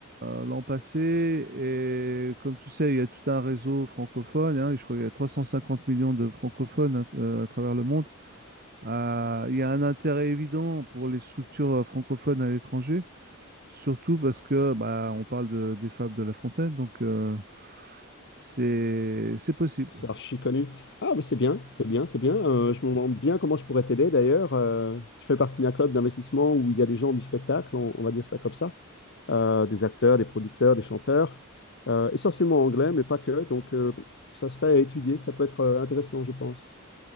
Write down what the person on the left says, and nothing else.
C'est archi connu. Ah, mais c'est bien, c'est bien, c'est bien. Euh, je me demande bien comment je pourrais t'aider d'ailleurs. Euh, je fais partie d'un club d'investissement où il y a des gens du spectacle, on, on va dire ça comme ça, Euh, des acteurs, des producteurs, des chanteurs, Euh, essentiellement anglais, mais pas que. Donc, euh, ça serait à étudier, ça peut être euh, intéressant, je pense.